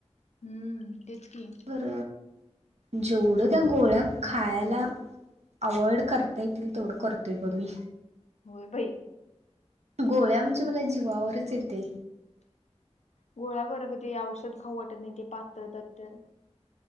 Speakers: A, on the left; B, on the right.
A: हम्म तेच की.
B: तर जेवढं त्या गोळ्या खायला अवॉइड करता येतील तेवढं करतोय ब मी
A: होय भाई
B: गोळ्या म्हणजे मला जीवावरच येते
A: गोळ्या बर क ते औषध खाऊ वाटत नाही ते पात्र दत्त